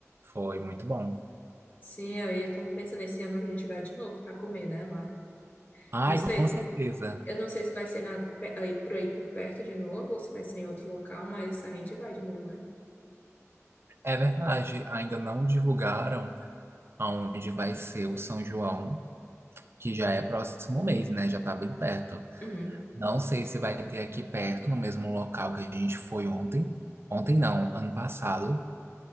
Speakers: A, on the right; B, on the left.
A: Foi muito bom.
B: Sim, aí eu tava pensando, esse ano a gente vai de novo para comer, né, lá.
A: Ai,
B: Eu não sei,
A: com certeza.
B: eu não sei se vai ser na, pe- aí- por aí por perto de novo ou se vai ser em outro local, mas a gente vai de novo, né?
A: É verdade, ainda não divulgaram aonde vai ser o São João, que já é próximo mês, né? Já tá bem perto.
B: Uhum.
A: Não sei se vai ter aqui perto, no mesmo local que a gente foi ontem. Ontem não, ano passado.